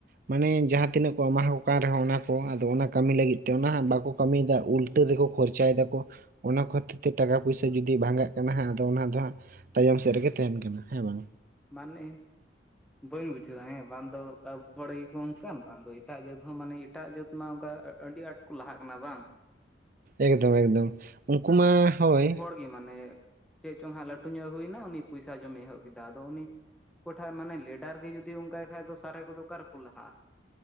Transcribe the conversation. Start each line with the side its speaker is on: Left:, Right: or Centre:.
Right: ᱢᱟᱱᱮ ᱡᱟᱦᱟᱸ
Centre: ᱦᱩᱸ
Right: ᱛᱤᱱᱟᱹᱜ ᱠᱚ ᱮᱢᱟᱣ ᱠᱚ ᱠᱟᱱ ᱨᱮᱦᱚᱸ ᱚᱱᱟ ᱦᱚᱸ ᱟᱫᱚ ᱚᱱᱟ ᱠᱟᱹᱢᱤ ᱞᱟᱹᱜᱤᱫ ᱛᱮ ᱚᱱᱟ ᱦᱟᱸᱜ ᱵᱟᱠᱚ ᱠᱟᱹᱢᱤᱭ ᱫᱟ ᱩᱞᱴᱟᱹ ᱨᱮᱠᱚ ᱠᱷᱚᱨᱪᱟᱭ ᱫᱟᱠᱚ᱾ ᱚᱱᱟ ᱠᱷᱟᱹᱛᱤᱨ ᱛᱮ ᱴᱟᱠᱟ ᱯᱚᱭᱥᱟ ᱡᱩᱫᱤ ᱵᱷᱟᱸᱜᱟᱜ ᱠᱟᱱᱟ ᱦᱟᱸᱜ ᱟᱫᱚ ᱚᱱᱟ ᱫᱚ ᱦᱟᱸᱜ ᱛᱟᱭᱚᱢ ᱥᱮᱫ ᱨᱮᱜᱮ ᱛᱟᱦᱮᱱ ᱠᱟᱱᱟ᱾ ᱦᱮᱸ ᱵᱟᱝ?
Centre: ᱢᱟᱱᱮ, ᱵᱟᱹᱧ ᱵᱩᱡᱷᱟᱹᱣᱼᱟ ᱦᱮᱸ ᱵᱟᱝᱫᱚ ᱟᱵᱚ ᱦᱚᱲ ᱜᱮᱠᱚ ᱚᱝᱠᱟᱱ ᱵᱟᱝ ᱫᱚ ᱮᱴᱟᱜ ᱡᱟᱹᱛ ᱦᱚᱸ ᱢᱟᱱᱮ ᱮᱴᱟᱜ ᱡᱟᱹᱛ ᱢᱟ ᱛᱚ ᱚᱱᱠᱟ ᱟᱹᱰᱤ ᱟᱸᱴ ᱠᱚ ᱞᱟᱦᱟᱜ ᱠᱟᱱᱟ ᱵᱟᱝ?
Right: ᱮᱠᱫᱚᱢ ᱮᱠᱫᱚᱢ ᱩᱱᱠᱩ ᱢᱟ ᱦᱳᱭ
Centre: ᱪᱤᱫ ᱢᱟᱱᱮ ᱪᱮᱫ ᱪᱚᱝ ᱦᱟᱸᱜ ᱞᱟᱹᱴᱩ ᱧᱚᱜ ᱦᱩᱭᱮᱱᱟ ᱩᱱᱤ ᱯᱚᱭᱥᱟ ᱡᱚᱢᱮ ᱮᱦᱚᱵ ᱠᱮᱫᱟ ᱫᱚ ᱩᱱᱤ ᱚᱠᱚᱭᱴᱷᱟᱜ ᱢᱟᱱᱮ ᱞᱮᱰᱟᱨ ᱜᱮ ᱡᱩᱫᱤ ᱩᱝᱠᱟᱭ ᱠᱷᱟᱡ ᱫᱚ ᱥᱟᱨᱮᱡ ᱠᱚᱫᱚ ᱚᱠᱟᱨᱮᱠᱚ ᱞᱟᱦᱟᱜᱼᱟ᱾